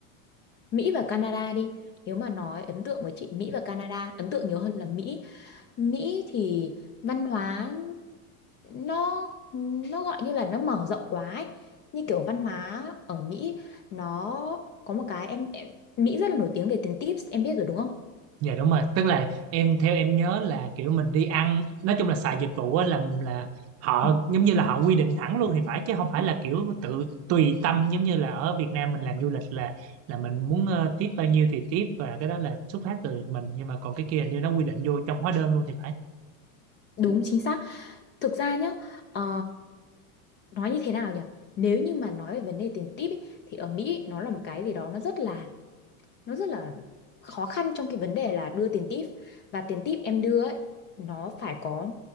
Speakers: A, on the left; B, on the right.
A: Mỹ và Canada đi nếu mà nói ấn tượng với chị Mỹ và Canada ấn tượng nhiều hơn là Mỹ Mỹ thì văn hóa nó nó gọi như là nó mở rộng quá ấy. như kiểu văn hóa ở Mỹ nó có một cái em, em Mỹ rất là nổi tiếng về tiền tips em biết rồi đúng không
B: dạ đúng rồi tức là em theo em nhớ là kiểu mình đi ăn nói chung là xài dịch vụ á là là họ
A: Ừ.
B: giống như là họ quy định thẳng luôn thì phải chứ không phải là kiểu tự tùy tâm giống như là ở Việt Nam mình làm du lịch là là mình muốn ờ, tiếp bao nhiêu thì tiếp và cái đó là xuất phát từ mình nhưng mà còn cái kia hình như nó quy định vô trong hóa đơn luôn thì phải
A: Đúng chính xác. Thực ra nhá, ờ, nói như thế nào nhỉ? Nếu như mà nói về vấn đề tiền tip ý, thì ở Mỹ nó là một cái gì đó nó rất là nó rất là khó khăn trong cái vấn đề là đưa tiền tip và tiền tip em đưa ấy nó phải có